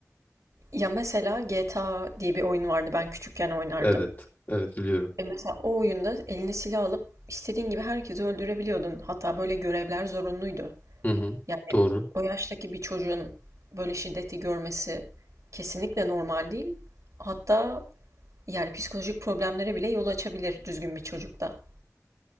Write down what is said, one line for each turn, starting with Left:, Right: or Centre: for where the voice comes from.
Right: Ya mesela GTA diye bir oyun vardı ben küçükken oynardım.
Left: Evet. Evet biliyorum.
Right: E mesela o oyunda eline silah alıp istediğin gibi herkesi öldürebiliyordun. Hatta böyle görevler zorunluydu.
Left: Hı hı.
Right: Yani
Left: Doğru.
Right: o yaştaki bir çocuğun böyle şiddeti görmesi kesinlikle normal değil. Hatta yani psikolojik problemlere bile yol açabilir düzgün bir çocukta.